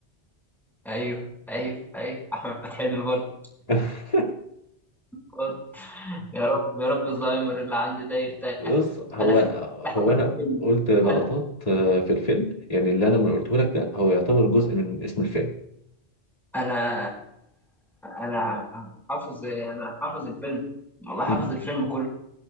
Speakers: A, in the centre; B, on the left (about 35°).
A: ايوه ايوه ايوه احمد حلمي برضه
B: <laughs>
A: برضه يا رب يا رب الزهايمر اللي عندي ده يرتاح
B: بص هو
A: انا فاكر حاجه
B: هو
A: في
B: انا
A: الفيلم
B: قلت لقطات
A: انا
B: آه، في الفيلم يعني اللي انا ما قلته لك ده هو يعتبر جزء من اسم الفيلم
A: انا أنا حافظ انا حافظ الفيلم والله حافظ
B: <laughs>
A: الفيلم كله